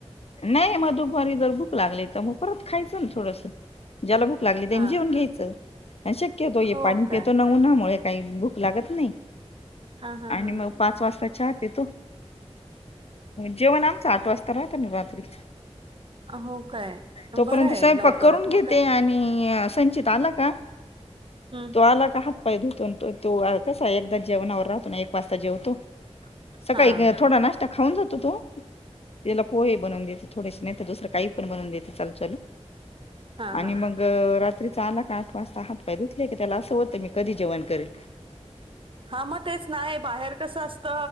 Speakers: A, on the left; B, on the right.
A: नाही मग दुपारी जर भूक लागली तर मग परर, खायचं ना थोडस ज्याला भूक लागली. त्यानी
B: हां.
A: जेवन घ्यायचं. शक्यतो हे
B: हो
A: पाणी
B: काय?
A: पेतो न उनामुळे काही भूक लागत नाही.
B: हां, हां,
A: आणि
B: हां.
A: मग पाच वाजताच्या, तो जेवण आमचं आठ वाजता राहत ना रात्रीच,
B: हो काय?
A: तोपर्यंत
B: बरं आहे
A: स्वयंपाक
B: लवकरच
A: करून
B: मग
A: घेते,
B: काय?
A: आणि संचित आला का,
B: हं.
A: तो आला हात पाय धुतो, तु त तू कसा एकदा जेवणावर राहतो ना एक वाजता जेवतो, सकाळी
B: हां.
A: थोडा नाष्ट, खाऊ जातो तो त्यािला पोहे बनून देतो थोडेस नाही तर दुसरं काही पण बनून देत, चालू चालू
B: हां,
A: आणि
B: हां.
A: मग, तरी चांगला का आठ वाजता हात पाय धुतले की त्याला असं वाटतं मी कधी जेण करल,
B: हा मग तेच नाही बाहेर कस असत